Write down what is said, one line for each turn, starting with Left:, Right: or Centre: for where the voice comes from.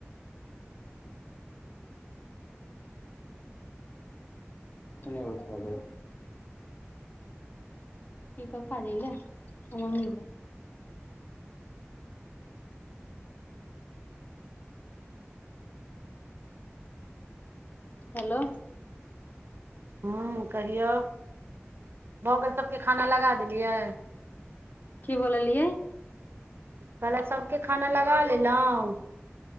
Left: अखैन नै उठल यऽ। इ पप्पा दीले आ मम्मी ल। हेलो।
Right: हं कहियौ, भगेल सबके खाना लगा देलियै।
Left: की बोललियै।
Right: कहले सबके खाना लगा लेलहुँ।